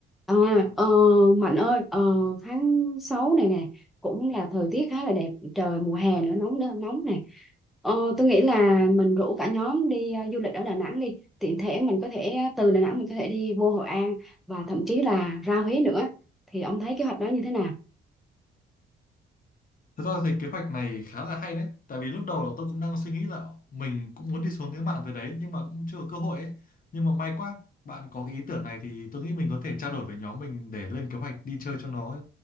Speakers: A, in the centre; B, on the left (about 45°).
A: À, ờ, Mạnh ơi, ờ, tháng 6 này nè cũng là thời tiết khá là đẹp, trời mùa hè nữa nóng đ- nóng này. Ờ, tôi nghĩ là mình rủ cả nhóm đi ờ, du lịch ở Đà Nẵng đi, tiện thể mình có thể ờ, từ Đà Nẵng mình có thể đi vô Hội An và thậm chí là ra Huế nữa. Thì ông thấy kế hoạch đó như thế nào?
B: Thật ra thì kế hoạch này khá là hay đấy Tại vì lúc đầu là tôi cũng đang suy nghĩ là Mình cũng muốn đi xuống cái mạn về đấy Nhưng mà cũng chưa có cơ hội ấy Nhưng mà may quá bạn có cái ý tưởng này Thì tôi nghĩ mình có thể trao đổi với nhóm mình Để lên kế hoạch đi chơi cho nó